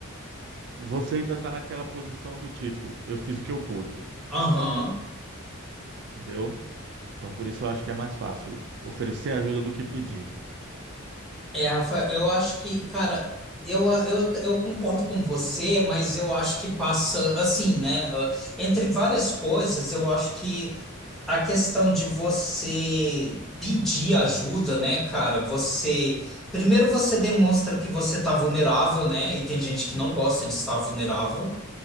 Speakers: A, on the right (about 55°); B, in the centre.
A: você ainda está naquela posição do tipo, eu fiz o que eu pude,
B: Aham.
A: entendeu? Então, por isso eu acho que é mais fácil oferecer ajuda do que pedir.
B: É, Rafael, eu acho que, cara, eu, eu, eu concordo com você, mas eu acho que passa assim, né? Ah, Entre várias coisas, eu acho que. A questão de você pedir ajuda, né, cara? Você. Primeiro você demonstra que você tá vulnerável, né? E tem gente que não gosta de estar vulnerável,